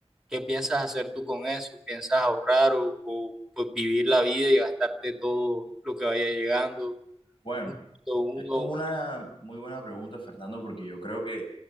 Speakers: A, in the centre; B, on the left (about 50°).
A: ¿Qué piensas hacer tú con eso? ¿Piensas ahorrar o, o, pues, vivir la vida y gastarte todo lo que vaya llegando?
B: Bueno,
A: Un poquito uno,
B: esto
A: un
B: es
A: poquito.
B: una muy buena pregunta, Fernando, porque yo creo que